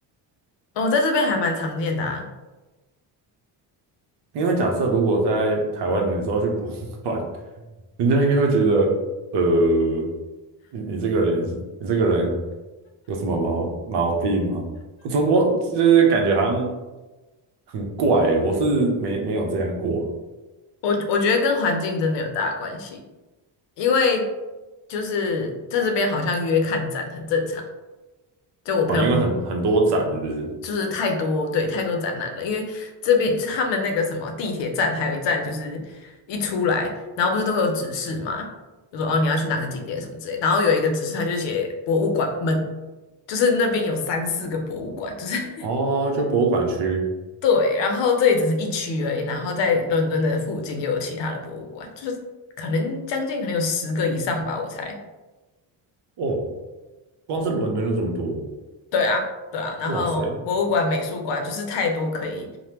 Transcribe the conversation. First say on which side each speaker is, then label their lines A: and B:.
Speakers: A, on the left (about 70°); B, on the right (about 65°).
A: 哦，在这边还蛮常见的啊。
B: 因为假设如果在台湾，你说要去博物馆，人家应该会觉得，呃，你你这个人是，你这个人有什么毛毛病吗？从我就是感觉好像很怪欸我是没没有这样过
A: 我我觉得跟环境真的有很大的关系，因为就是在这边好像约看展很正常。就我朋友他们
B: 啊，因为很很多展是不是？
A: 就是太多，对，太多展览了，因为这边他们那个什么地铁站还有一站就是一出来，然后不是都会有指示嘛，就说哦你要去哪个景点什么之类，然后有一个指示他就写博物馆们，就是那边有三四个博物馆，就是 <laughs>
B: 哦，就博物馆区
A: 对，然后这也只是一区而已，然后在伦敦的附近又有其他的博物馆，就是可能将近可能有十个以上吧，我猜。
B: 哦，光是伦敦就这么多，
A: 对啊，对啊，然后博物馆、
B: 哇塞，
A: 美术馆就是太多可以